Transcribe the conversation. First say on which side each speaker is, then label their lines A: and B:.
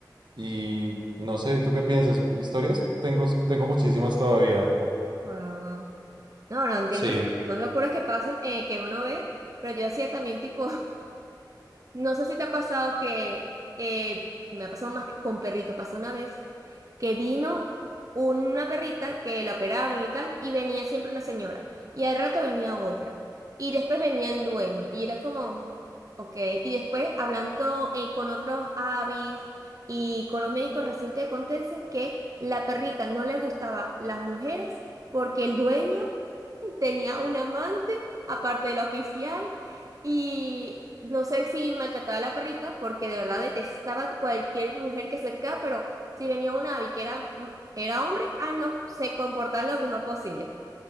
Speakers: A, on the right; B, on the right.
A: Y no sé, ¿tú qué piensas? ¿Historias? Tengo, tengo muchísimas todavía.
B: Wow, wow. No, no entiendo
A: Sí.
B: eso, porque son locuras que pasan, eh, que uno ve, pero yo hacía también tipo No sé si te ha pasado que eh, me ha pasado más que con perrito, pasó una vez que vino una perrita que la operaron y tal, y venía siempre una señora, y al rato venía otra, y después venía el dueño, y era como, ok, y después hablando eh, con otros avis y con los médicos, resulta y acontece que la perrita no le gustaba las mujeres porque el dueño <laughs> tenía un amante, aparte de la oficial. Y no sé si maltrataba a la perrita, porque de verdad detestaba cualquier mujer que se acercaba, pero si venía una avi que era, mm, era hombre, ah, no, se comportaba lo mejor posible.